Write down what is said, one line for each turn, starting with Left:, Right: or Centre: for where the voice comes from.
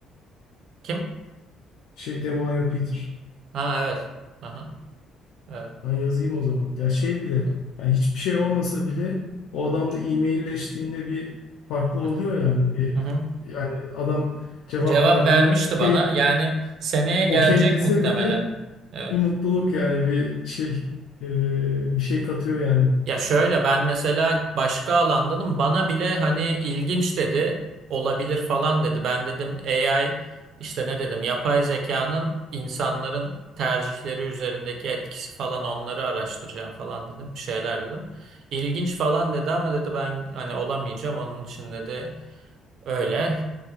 Right: Kim?
Left: Şey Demayo Peter.
Right: Ha evet. Aha, evet.
Left: Ben yazayım o zaman. Ya şey bile
Right: evet.
Left: yani hiçbir şey olmasa bile o adamla e-mailleştiğinde bir farklı oluyor
Right: Hı hı,
Left: yani. Bir,
Right: hı hı.
Left: yani adam cevap
Right: Cevap
Left: verdiğinde
Right: vermişti
Left: okey
Right: bana. Yani seneye gelecek
Left: okey dese
Right: muhtemelen.
Left: bile
Right: Evet.
Left: bir mutluluk yani bir şey e, bir şey katıyor yani.
Right: Ya şöyle ben mesela başka alandanım. Bana bile hani ilginç dedi. Olabilir falan dedi. Ben dedim AI işte ne dedim yapay zekanın insanların tercihleri üzerindeki etkisi falan onları araştıracağım falan dedim. Bir şeyler dedim. İlginç falan dedi ama dedi ben hani olamayacağım. Onun için dedi öyle.